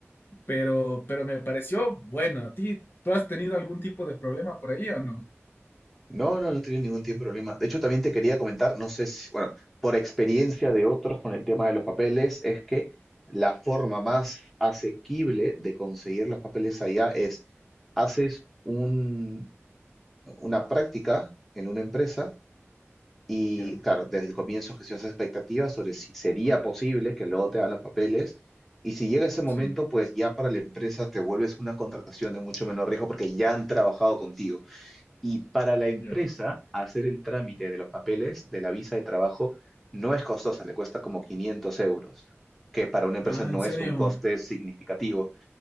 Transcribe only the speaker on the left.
pero, pero me pareció bueno. ¿A ti, tú has tenido algún tipo de problema por ahí o no?
Ya,
sí,
ya.
Ah,
¿en serio?